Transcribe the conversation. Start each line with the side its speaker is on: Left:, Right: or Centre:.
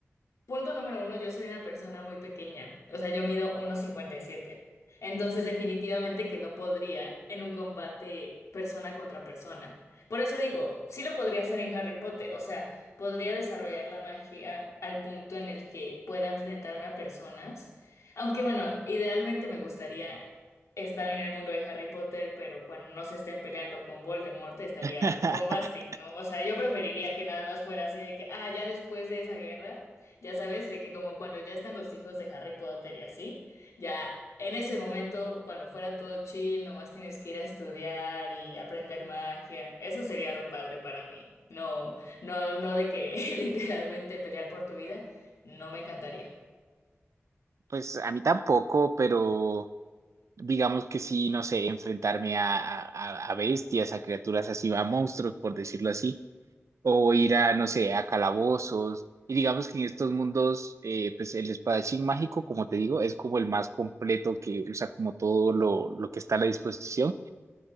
Left: Punto número uno, yo soy una persona muy pequeña, o sea, yo mido uno cincuenta y siete, Entonces, definitivamente que no podría en un combate persona contra persona. Por eso digo, sí lo podría hacer en Harry Potter, o sea, podría desarrollar la magia al punto en el que pueda enfrentarme a personas. Aunque bueno, idealmente me gustaría estar en el mundo de Harry Potter, pero cuando no se estén peleando con Voldemort estaría
Right: <laughs>
Left: bombastic, ¿no? O sea, yo preferiría que nada más fuera así de que, ah, ya después de esa guerra. Ya sabes, de que como cuando ya están los hijos de Harry Potter y así, ya en ese momento, cuando fuera todo chill, nomás tienes que ir a estudiar y aprender magia. Eso sería lo padre para mí. No, no, no de que <laughs> literalmente pelear por tu vida, no me encantaría.
Right: Pues a mí tampoco, pero digamos que sí, no sé, enfrentarme a, a, a a bestias, a criaturas así, a monstruos, por decirlo así. o ir a, no sé, a calabozos. Y digamos que en estos mundos, eh, pues el espadachín mágico, como te digo, es como el más completo que usa como todo lo, lo que está a la disposición.